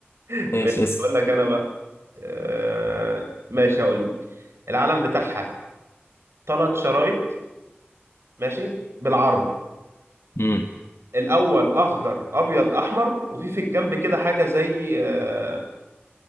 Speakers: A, on the right; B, on the left.
A: <laughs>
B: <laughs> ماشي
A: ماشي
B: اسأل
A: هقول لك انا بقى آه، ماشي هقول لك العلم بتاعها ثلاث شرايط ماشي بالعرض
B: امم
A: الاول اخضر ابيض احمر وفي في الجنب كده حاجه زي آه،